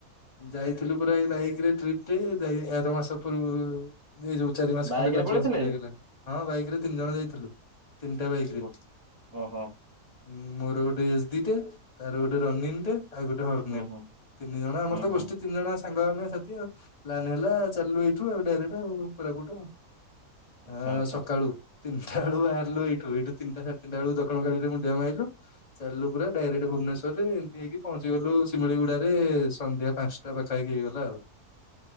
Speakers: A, on the left (about 30°); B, in the centre.
A: ଯାଇଥିଲୁ ପୁରା ଏଇ ବାଇକରେ ଟ୍ରିପରେ ଯାଇ ଆର ମାସ ପୂର୍ବରୁ ଏଇ ଯୋଉ ଚାରି ମାସ
B: ବାଇକ୍
A: ଖଣ୍ଡେ
B: ରେ
A: ପାଞ୍ଚ
B: ପଳେଇଥିଲେ
A: ମାସ ଖଣ୍ଡେ ହେଇଗଲା। ହଁ ବାଇକି ରେ ତିନି ଜଣ ଯାଇଥିଲୁ। ତିନିଟା ବାଇକି ରେ।
B: ଗୋ ଓହୋ
A: ଉଁ ମୋର ଗୋଟେ ଏସ୍ଦିଟେ ତାର ଗୋଟେ ରନୀନଟେ। ଆଉ ଗୋଟେ ହର୍ନର
B: ହୁଁ ହୁଁ
A: ତିନି ଜଣ ଆମର
B: ହୁଁ
A: ତ
B: ହୁଁ।
A: ଗୋଷ୍ଠୀ। ତିନି ଜଣ ସାଙ୍ଗ ଆମେ ସାଥି ଆଉ ପ୍ଲାନ ହେଲା ଚାଲିଲୁ ଏଇଠୁ ଆଉ ଡାଇରେକ୍ଟ ଆଉ କୋରାପୁଟ।
B: ଆଚ୍ଛା
A: ଅ
B: ଆଚ୍ଛା
A: ସକାଳୁ ତିନିଟା ଆଉ ବାହାରିଲୁ ଏଉଠୁ ଏଇଠୁ ତିନିଟା ସାଢେ଼ ତିନିଟା ବେଳକୁ ଦକ୍ଷିଣ କାଳୀରେ ମୁଣ୍ଡିଆ ମାଇଲୁ। ଚାଲିଲୁ ପୁରା ଡାଇରେକ୍ଟ ଭୁବନେଶ୍ୱରରେଏମିତି ହେଇକି ପହଞ୍ଚି ଗଲୁ ଶିମଳିଗୁଡାରେ ସନ୍ଧ୍ୟା ପାଞ୍ଚ ଟା ପାଖା ପାଖି ହେଇଗଲା ଆଉ।